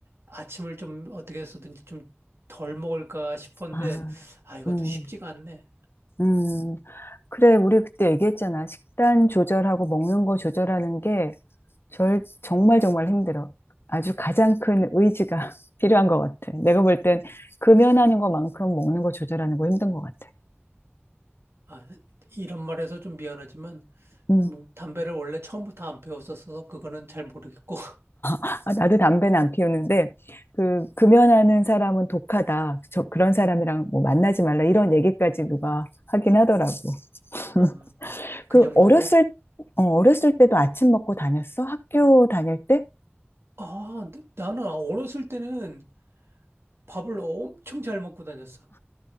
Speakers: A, on the right; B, on the left.
A: 아침을 좀 어떻게 해서든지 좀 덜 먹을까 싶은데
B: 아,
A: 아 이것도
B: 음,
A: 쉽지가 않네.
B: 음. 그래, 우리 그때 얘기했잖아. 식단 조절하고 먹는 거 조절하는 게 절, 정말 정말 힘들어. 아주 가장 큰 의지가 <laughs> 필요한 것 같아. 내가 볼 땐 금연하는 것만큼 먹는 거 조절하는 거 힘든 것 같아.
A: 아 이런 말해서 좀 미안하지만
B: 음,
A: 뭐 담배를 원래 처음부터 안 피웠었어서 그거는 잘 모르겠고
B: 아, 나도 담배는 안 피우는데, 그, 금연하는 사람은 독하다. 저, 그런 사람이랑 뭐 만나지 말라. 이런 얘기까지 누가 하긴 하더라고. <laughs>
A: <laughs> 어, 그
B: 그,
A: 정도로
B: 어렸을, 어, 어렸을 때도 아침 먹고 다녔어? 학교 다닐 때?
A: 아 나- 나는 어렸을 때는 밥을 엄청 잘 먹고 다녔어.